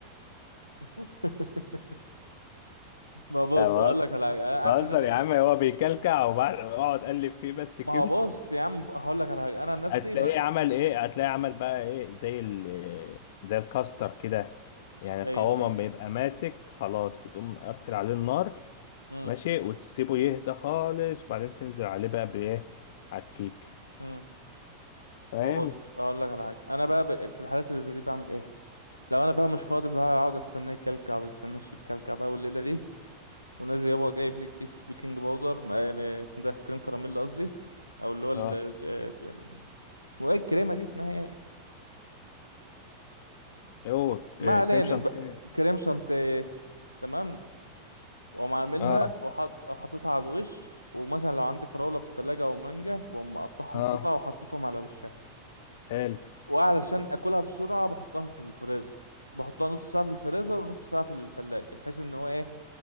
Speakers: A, on the left (about 85°); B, on the left (about 55°).
A: <laughs> ما بص
B: أنا بهزر
A: اقول لك على حاجة أنا
B: بهزر
A: عشان أت...
B: يا عم هو بيكلكع وبعد اقعد اقلب فيه بس كده
A: ما هو بص يا عم هقول لك على حاجة انا عن نفسي
B: هتلاقيه
A: ما...
B: عمل ايه هتلاقيه عمل بقى ايه زي ال زي الكاستر كده يعني
A: ايوه
B: القوامة
A: ايوه
B: ما بيبقى ماسك خلاص بتقوم مقفل عليه النار
A: امم
B: ماشي وتسيبه يهدى خالص وبعدين تنزل عليه بقى بايه على الكيك
A: امم
B: فاهم
A: ما بص اقول لك على حاجة انا بقى ب... في الحالات اللي زي دي بعمل ايه لو انا بقى مش فاضي بقى اقعد استناه يكلكع ويستناش يكلكع بقى والليلة دي ونازل هو جايب لك كيس بيكنج باودر م- م- اسمه ده كريم كراميل قصدي او اللي هو ال-
B: اه
A: ج- ج- ال- اسمه ايه الكريمه دي اسمها ايه
B: اوه
A: م- ما
B: إيه
A: علينا
B: كريم شانتيه
A: ب- كريم شانتيه تمام واقوم عاملها
B: اه
A: وحط حاططها على الوش ومثلا لو عندي فراوله في التلاجة او مانجا بقوم مقطعهم
B: اه
A: قطع وحطيتهم على وشها
B: حلو
A: وعلشان اكلها بسرعه بحطها في الفريزر بحطها نص ساعه في الفريزر ونص ساعه في التلاجة بحيث ان هو ايه